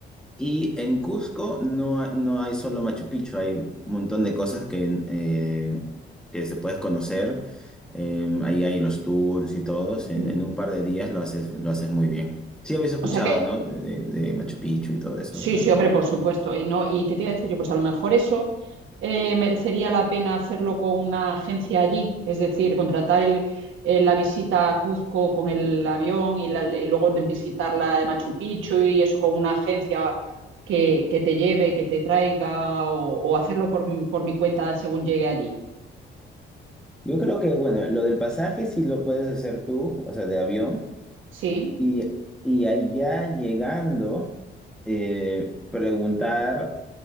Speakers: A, in the centre; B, on the right.
A: y en Cusco no, ha- no hay solo Machu Picchu, hay un montón de cosas que, eh, que se puedes conocer. Eh, ahí hay los tours y todos. En,
B: Mm.
A: en un par de días lo haces, lo haces muy bien. Sí habéis escuchado,
B: O sea que
A: ¿no? De, de Machu Picchu y todo eso,
B: Sí,
A: ¿verdad?
B: sí, hombre, por supuesto. Y no, ¿y qué te iba a decir yo? Pues a lo mejor eso eh, merecería la pena hacerlo con una agencia allí, es decir, contratar el- eh, la visita a Cuzco con el avión y, la- y luego de visitar la de Machu Picchu y eso con una agencia que, que te lleve, que te traiga o, o hacerlo por, por mi cuenta según llegue allí.
A: Yo creo que, bueno, lo del pasaje sí lo puedes hacer tú, o sea, de avión.
B: Sí,
A: Y, y allá llegando, eh, preguntar